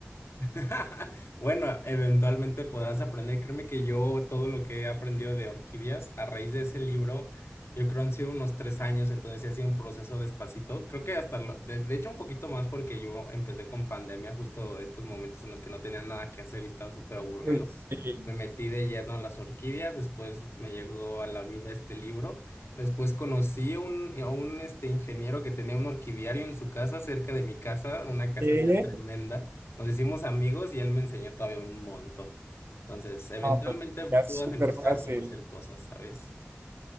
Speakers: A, on the left; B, on the right.
A: <laughs> Bueno, eventualmente podrás aprender. Créeme que yo todo lo que he aprendido de orquídeas a raíz de ese libro, yo creo han sido unos tres años, entonces sí ha sido un proceso despacito. Creo que hasta, lo- de, de hecho, un poquito más porque yo empecé con pandemia, justo estos momentos en los que no tenía nada que hacer y estaba súper aburrido.
B: Uy, sí.
A: Me metí de lleno a las orquídeas, después me llegó a la vida este libro. Después conocí un, a un este, ingeniero que tenía un orquidiario en su casa, cerca de mi casa, una casualidad
B: ¿Qué?
A: tremenda. Nos hicimos amigos y él me enseñó todavía un montón. Entonces, eventualmente
B: No, pues, ya es
A: tú vas
B: súper
A: a empezar
B: fácil.
A: a conocer cosas, ¿sabes?